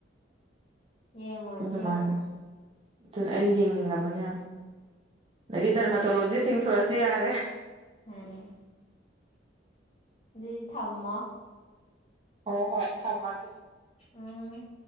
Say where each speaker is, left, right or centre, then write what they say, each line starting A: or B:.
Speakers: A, on the left (about 35°); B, on the right (about 30°).
A: ꯌꯦꯡꯉꯣꯁꯤ
B: ꯑꯗꯨ ꯃꯥꯏꯅ
A: ꯌꯦꯡꯉꯣꯁꯤ
B: ꯑꯗꯨꯅ ꯑꯩ ꯌꯦꯡꯅꯤꯡꯉꯕꯅꯦ ꯌꯥꯝ ꯑꯗꯒꯤ ꯗꯔꯥꯃꯇꯣꯂꯣꯖꯤꯁꯁꯤꯡ inaudible ꯌꯥꯔꯦ
A: ꯎꯝ ꯑꯗꯨꯗꯤ ꯊꯝꯃꯣ
B: ꯍꯣꯏ ꯍꯣꯏ ꯊꯝꯃꯒꯦ
A: ꯎꯝ